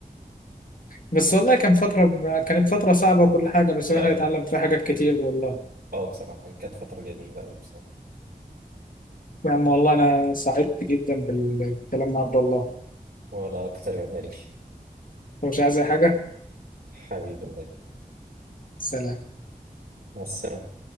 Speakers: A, on the left; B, on the right.
A: بس والله كان فترة كانت فترة صعبة وكل حاجة بس
B: يعني
A: الواحد اتعلم فيها حاجات كتير والله
B: اه بصراحة كانت فترة جميلة أوي بصراحة
A: يا عم والله أنا سعدت جدا بالكلام مع عبد الله
B: ولا أكتر يا غالي
A: هو مش عايز أي حاجة
B: حبيبي الله يبارك.
A: سلام
B: مع السلامة